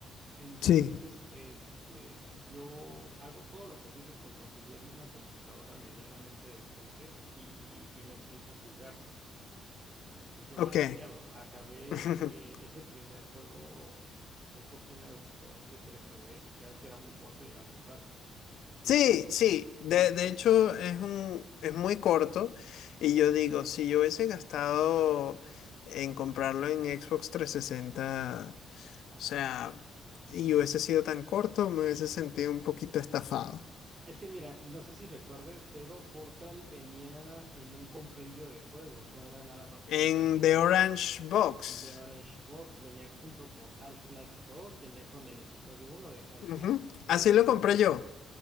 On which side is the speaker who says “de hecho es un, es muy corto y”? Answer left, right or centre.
Left